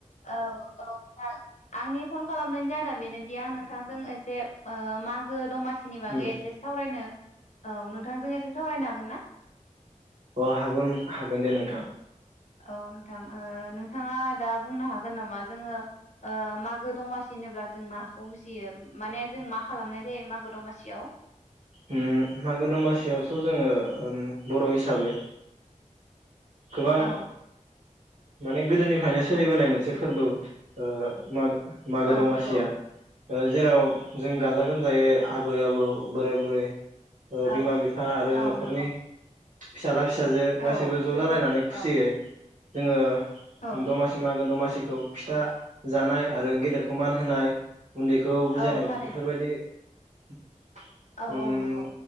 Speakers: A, on the left; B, on the right.
A: औ औ <unintelligible> आंनि फन खालामनायनि जाहोना बेनो ए आं नोंथांजों एसे ओ मागो दमासि सिनि बागै
B: उम
A: एसे सावरायनो औ नो थांजों एसे सावरायनो हागोन ना
B: अ हागोन हागोन दे नोंथां
A: औ नोंथां ओ नोंथाङा दा बुंनो हागोन नामा जोङो मागो दमासि होनोब्ला जों माखौ बुजियो माने जों मा खालामनाय जायो मागो दमासियाव
B: उम मागो दमासियावस जोङो बर' हिसाबै गोबां
A: औ
B: माने गोदोनिफ्रायनो सोलिबोनाय मोनसे फोरबो ओ मा मागो
A: औ
B: दमासिया
A: नंगौ
B: जेराव जों गाजा गोमजायै आबै आबौ बोराय बुरै ओ
A: औ
B: बिमा बिफा आरो
A: औ
B: नखरनि
A: नंगौ
B: फिसाला फिसाजो गासैबो
A: औ
B: ज
A: जोङो
B: जालायनानै खुसियै
A: औ
B: जोङो
A: औ
B: दमासि मागो दमासि खौ फिथा जानाय आरो गेदेरखौ मान होनाय उन्दैखौ बुजायनाय
A: औ थारैनो
B: बेफोरबायदि बि <unintelligible>
A: औ
B: उम
A: औ नंगौ